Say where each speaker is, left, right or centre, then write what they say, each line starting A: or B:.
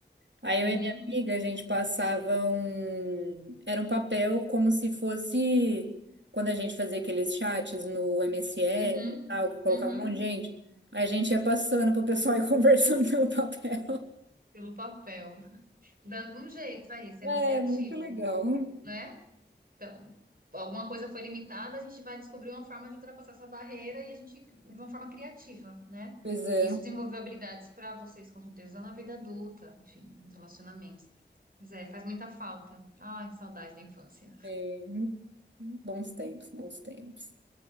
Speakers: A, on the right; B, on the right.
A: Aí
B: Uhum,
A: eu e minha amiga, a gente passava um. Era um papel como se fosse quando a gente fazia aqueles chats no MSN
B: uhum,
A: e tal, que colocava
B: uhum,
A: um monte de gente. A gente ia passando pro pessoal e <laughs> conversando pelo papel.
B: pelo papel. Dando um jeito aí, sendo
A: É,
B: criativo,
A: muito legal.
B: né Então, alguma coisa foi limitada, a gente vai descobrir uma forma de ultrapassar essa barreira e a gente, de uma forma criativa, né?
A: Pois é.
B: E Isso desenvolveu habilidades para vocês, com certeza, na vida adulta, enfim, nos relacionamentos. Mas é, faz muita falta. Ai, que saudade da infância.
A: é, Bons tempos, bons tempos.